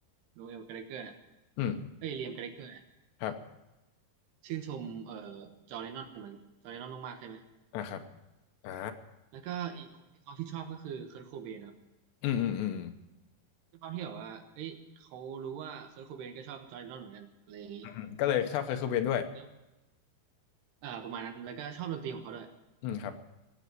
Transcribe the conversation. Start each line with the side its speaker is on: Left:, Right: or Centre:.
Right: โนเอลแกรเลเกอร์เนี่ย
Left: อืม
Right: เอ้ยเลียมแกรเลเกอร์เนี่ย
Left: ครับ
Right: ชื่นชมเอ่อจอร์แดนนอนเหมือนจอร์แดนนอนมากๆใช่ไหม
Left: อ่าครับอ่า
Right: แล้วก็อีกคนที่เขาที่ชอบก็คือเคิร์ทโคเบนครับ
Left: อืมอืมอืม
Right: ด้วยความที่แบบว่าเอ้ยเขารู้ว่าเคิร์โคเบนก็ชอบจอร์แดนนอนเหมือนกันอะไรอย่างนี้
Left: อืมอืมก็เลยชอบเคเคิเบนด้วย
Right: แล้วเอ่อประมาณนั้นแล้วก็ชอบดนตรีของเขาด้วย
Left: อืมครับ